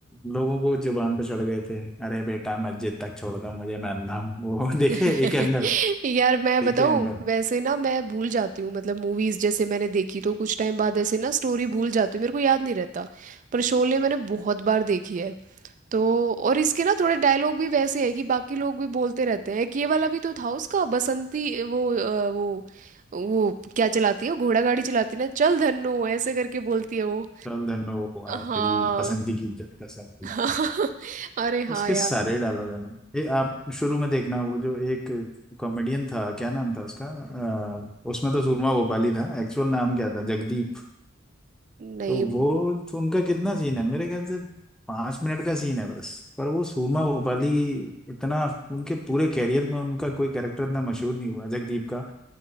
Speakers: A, in the centre; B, on the right.
A: लोगों को जुबान पे चढ़ गए थे अरे बेटा मस्जिद तक छोड़ दो मुझे मैं अंधा हूँ वो <laughs> देखे
B: <laughs>
A: एक एंगल
B: यार मैं
A: देखे
B: बताऊं
A: एंगल
B: वैसे ना मैं भूल जाती हूँ मतलब मूवीज जैसे मैंने देखी तो कुछ टाइम बाद ऐसे ना स्टोरी भूल जाती हूँ मेरे को याद नहीं रहता पर शोले मैंने बहुत बार देखी है तो और इसके ना थोड़े डायलॉग भी वैसे है कि बाकी लोग भी बोलते रहते हैं कि ये वाला भी तो था उसका बसंती वो अ, वो वो क्या चलाती है वो घोड़ा गाड़ी चलाती है ना चल धन्नो ऐसे करके बोलती है वो
A: चल धन्नो आ
B: हाँ
A: तेरी पसंद की इज्जत का सर
B: <laughs> हाँ अरे हाँ
A: उसके
B: यार
A: सारे डायलॉग है ना। ये आप शुरू में देखना वो जो एक कॉमेडियन था क्या नाम था उसका अ, उसमें तो सूरमा भोपाली था एक्चुअल नाम क्या था जगदीप
B: नहीं
A: तो वो तो उनका कितना सीन है मेरे ख्याल से पाँच मिनट का सीन है बस पर वो सूरमा भोपाली इतना उनके पूरे कैरियर में उनका कोई कैरेक्टर इतना मशहूर नहीं हुआ जगदीप का